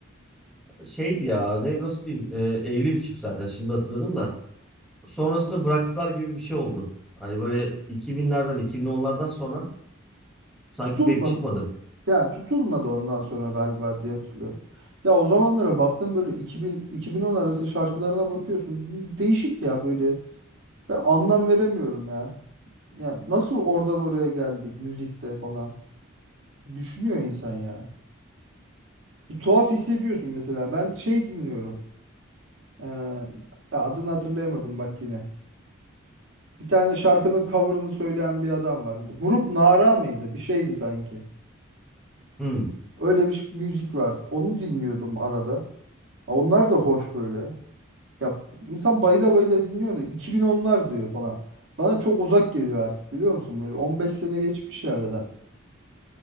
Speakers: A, in the centre; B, on the right.
A: Şeydi ya ne, nasıl diyeyim e, evli bir çift zaten şimdi hatırladım da. Sonrasında bıraktılar gibi bir şey oldu. Hani böyle 2000'lerden 2010'lardan sonra sanki
B: Muazzam.
A: pek çıkmadı.
B: Yani tutulmadı ondan sonra galiba diye hatırlıyorum. Ya o zamanlara baktım böyle 2000 2010 arası şarkılarına bakıyorsun. Değişik ya böyle. Ben anlam veremiyorum ya. Ya nasıl oradan oraya geldik müzikte falan. Düşünüyor insan ya. Bir tuhaf hissediyorsun mesela. Ben şey dinliyorum. Ee, ya adını hatırlayamadım bak yine. Bir tane şarkının cover'ını söyleyen bir adam vardı. Grup Nara mıydı? Bir şeydi sanki.
A: Hmm.
B: Öyle bir ş- müzik var. Onu dinliyordum arada. Ha, onlar da hoş böyle. Ya insan bayıla bayıla dinliyor da 2010'lar diyor falan. Bana çok uzak geliyor artık biliyor musun? Böyle 15 sene geçmiş ya arada.